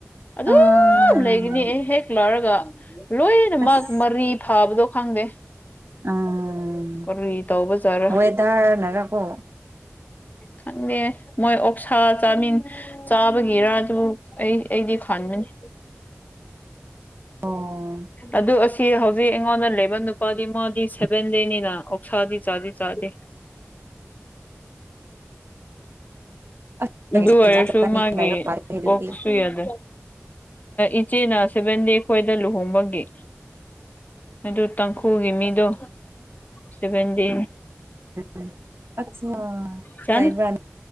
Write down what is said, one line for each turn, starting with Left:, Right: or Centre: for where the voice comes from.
Left: ꯑꯗꯨꯝ
Right: ꯑꯥ
Left: ꯂꯩꯒꯅꯤ ꯑꯩ ꯍꯦꯛ ꯂꯣꯏꯔꯒ ꯂꯣꯏꯅꯃꯛ
Right: ꯑꯁ
Left: ꯃꯔꯤ ꯐꯕꯗꯣ ꯈꯪꯗꯦ
Right: ꯑꯥ
Left: ꯀꯔꯤ ꯇꯧꯕꯖꯥꯠꯔ
Right: ꯋꯦꯗꯔꯅꯔꯀꯣ
Left: ꯈꯪꯗꯦ ꯃꯣꯏ ꯑꯣꯛꯁꯥ ꯆꯥꯅꯤꯡ ꯆꯥꯕꯒꯤꯔꯥ ꯑꯗꯨ ꯑꯩ ꯑꯩꯗꯤ ꯈꯥꯟꯕꯅꯤ
Right: ꯑꯣ
Left: ꯑꯗꯨ ꯑꯁꯤ ꯇꯤ ꯍꯧꯖꯤꯛ ꯑꯩꯉꯣꯟꯗ ꯂꯩꯕ ꯅꯨꯄꯥꯗꯤ ꯃꯥꯗꯤ ꯁꯦꯚꯦꯟꯗꯅꯤꯅ ꯑꯣꯛꯁꯥꯗꯤ ꯆꯥꯗꯤ ꯆꯥꯗꯦ
Right: ꯑꯁ
Left: ꯗꯨꯑꯣꯏꯔꯁꯨ
Right: ꯖꯥꯠ ꯖꯥꯠꯅꯤ
Left: ꯃꯥꯒꯤ
Right: ꯂꯩꯕ ꯃꯥꯜꯂꯦ ꯑꯗꯨꯗꯤ
Left: ꯑꯣꯛꯁꯨ ꯌꯥꯗꯦ ꯏꯆꯦꯅ ꯁꯕꯦꯟꯗꯦ ꯈꯣꯏꯗ ꯂꯨꯍꯣꯡꯕꯒꯤ ꯑꯗꯨ ꯇꯥꯡꯈꯨꯜꯒꯤ ꯃꯤꯗꯣ ꯁꯕꯦꯟꯗꯦ
Right: ꯎꯝ ꯑꯠꯆꯥ
Left: ꯆꯟ
Right: ꯂꯩꯕ꯭ꯔꯥ